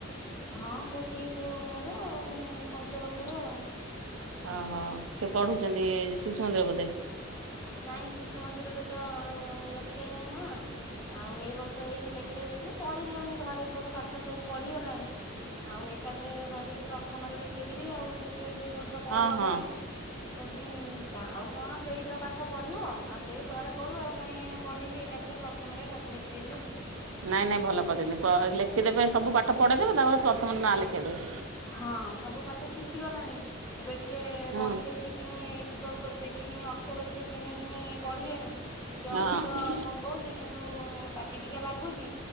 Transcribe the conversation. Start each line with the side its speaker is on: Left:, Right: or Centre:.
Left: ହଁ ଗୋଟିଏ ପୁଅ ମୋର ଆଉ ଏଇ ପାଞ୍ଚ ବର୍ଷର ଆଉ।
Right: ଓହୋ ସେ ପଢୁଛନ୍ତି ଶିଶୁ ମନ୍ଦିର ବୋଧେ?
Left: ନାଇଁ ଶିଶୁ ମନ୍ଦିରରେ ତ ଲେଖେଇନି ନା ଆଉ ଏଇ ବର୍ଷ ହେଇ ଲେଖେଇଦେବି ପଢିଲାଣି ଘରେ ସବୁ ପାଠ ସବୁ ପଢ ଲାଣି ଆଉ ଏକାଥରେ ଭାବିଲି ପ୍ରଥମରେ ଲେଖେଇଦବି ଆଉ ଏଇ ଦି ବର୍ଷ ପଢେଇଲିନି
Right: ହଁ ହଁ।
Left: କହିଲି ଆଉ କଣ ସେଇ ତ ପାଠ ପାଠ ପଢିବ ଆଉ ସେଇ ଘରେ ପଢୁ ଆଉ କାହିଁ ଏଇନା ପଢେଇବି ଏକାଥରେ ପ୍ରଥମରେ ଲେଖେଇବି ଆଉ।
Right: ନାଇଁ ନାଇଁ ଭଲ କରିଛନ୍ତି ଲେଖିଦେବେ ସବୁ ପାଠ ପଢେଇଦେବେ ତାପରେ ପ୍ରଥମରେ ନାଁ ଲେଖେଇଦେବେ।
Left: ହଁ ସବୁ ପାଠ ଶିଖି ଗଲାଣି ଏବେ ଟିକେ
Right: ହୁଁ
Left: ବହି ଦେଖିକିନି ବିଷୟ ସବୁ ଦେଖିକିନି ଅକ୍ଷର ଟିକେ ଚିହ୍ନିକିନି ପଢିଲେଣି ଟିକେ
Right: ହଁ।
Left: ଅବଶ୍ୟ ଥଙ୍ଗଉଛି କିନ୍ତୁ ପାଟି ଟିକେ ଲାଗୁଛି